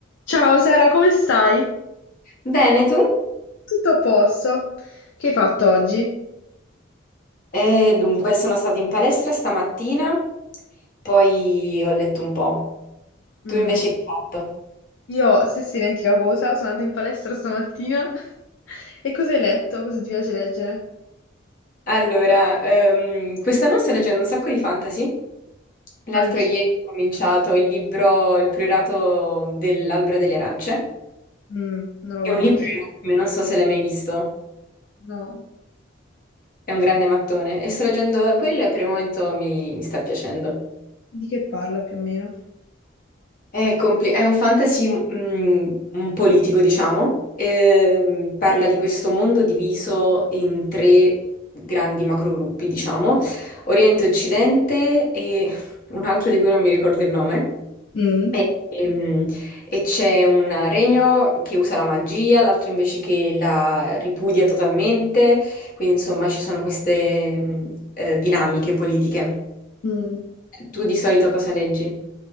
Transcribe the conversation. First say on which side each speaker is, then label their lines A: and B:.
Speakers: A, on the left; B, on the left.
A: Ciao Sara, come stai?
B: Bene, tu?
A: Tutto a posto? Che hai fatto oggi?
B: Eh, dunque, sono stata in palestra stamattina, poi ho letto un po'.
A: Mm,
B: Tu invece che hai fatto?
A: Io stessa identica cosa, sono andata in palestra stamattina. <laughs> E cosa hai letto? Cosa ti piace leggere?
B: Allora, ehm, quest'anno sto leggendo un sacco di fantasy. L'altro
A: Anche.
B: ieri ho cominciato il libro Il priorato dell'albero delle arance.
A: Mm, non lo
B: È
A: conosco.
B: un libro enorme, non so se l'hai mai visto.
A: No,
B: È un grande mattone e sto leggendo quello e per il momento mi mi sta piacendo.
A: di che parla più o meno?
B: È, compli- è un fantasy mm, un politico, diciamo, Ehm, parla di questo mondo diviso in tre grandi macrogruppi, diciamo, Oriente, Occidente e un altro di cui non mi ricordo il nome.
A: Mm.
B: E, ehm, e c'è un regno che usa la magia, l'altro invece che la ripudia totalmente, quindi insomma ci sono queste mm, eh, dinamiche politiche.
A: Mm.
B: Tu di solito cosa leggi?